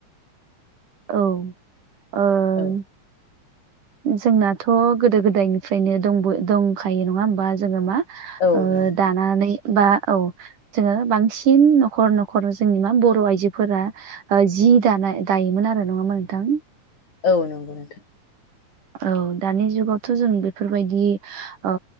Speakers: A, on the right; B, on the left.
A: औ ओ।
B: औ
A: जोंनाथ' गोदो गोदायनिफ्रायनो दंबो दंखायो नङा होमबा जोङो मा
B: औ
A: ओ
B: नंगौ
A: दानानै बा औ। जोङो बांसिन न'खर न'खर जोंङो मा बर' आइजोफोरा ओ जि दानाय दायोमोन आरो नङा होनबा नोंथां।
B: औ नंगौ नोंथां।
A: औ दानि जुगावथ' जों बेफोरबायदि ओ